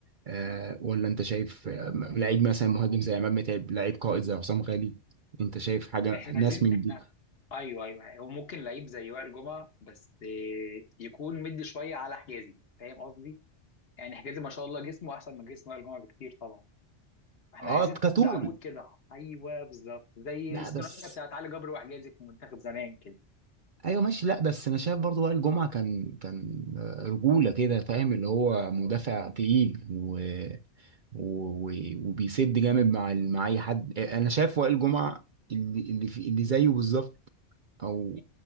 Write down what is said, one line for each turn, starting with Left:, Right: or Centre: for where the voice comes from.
Right: آه، ولا أنت شايف آه، لعيب مثلا مهاجم زي عماد متعب لعيب قائد زي حسام غالي أنت شايف حاجة
Left: احنا
Right: ناس
Left: عايزين
Right: من
Left: احنا
Right: دي
Left: ايوه ايوه هو ممكن لعيب زي وائل جمعه بس آه يكون مدي شويه على حجازي فاهم قصدي يعني حجازي ما شاء الله جسمه احسن من جسم وائل جمعه بكتير طبعا احنا
Right: اه
Left: عايزين
Right: كطول
Left: حد عمود كده ايوه بالظبط زي
Right: لا
Left: الثنائيه
Right: بس
Left: بتاعت علي جبر وحجازي في منتخب زمان كده
Right: ايوه ماشي لا بس انا شايف برضو وائل جمعة كان كان آه، رجولة كده فاهم اللي هو مدافع تقيل و- و- وبيسد جامد مع ال- مع اي حد انا شايف وائل جمعه اللي اللي في اللي زيه بالظبط او